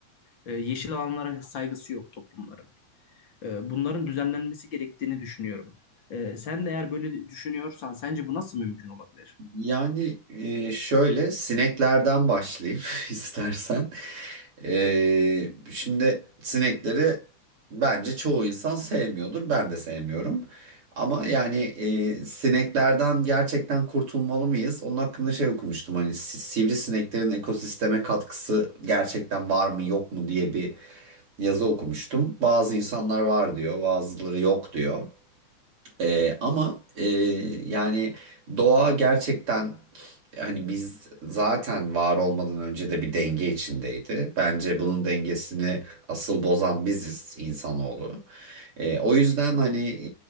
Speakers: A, on the left (about 45°); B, on the right (about 45°).
A: E, yeşil alanlara saygısı yok toplumların. E, bunların düzenlenmesi gerektiğini düşünüyorum. E, sen de eğer böyle düşünüyorsan sence bu nasıl mümkün olabilir?
B: Yani e, şöyle sineklerden başlayayım <laughs> istersen. E, şimdi sinekleri bence çoğu insan sevmiyordur. Ben de sevmiyorum. Ama yani e, sineklerden gerçekten kurtulmalı mıyız? Onun hakkında şey okumuştum hani si- sivrisineklerin ekosisteme katkısı gerçekten var mı yok mu diye bir yazı okumuştum. Bazı insanlar var diyor, bazıları yok diyor. Ee, ama e, yani doğa gerçekten hani biz zaten var olmadan önce de bir denge içindeydi. Bence bunun dengesini asıl bozan biziz insanoğlu. Ee, o yüzden hani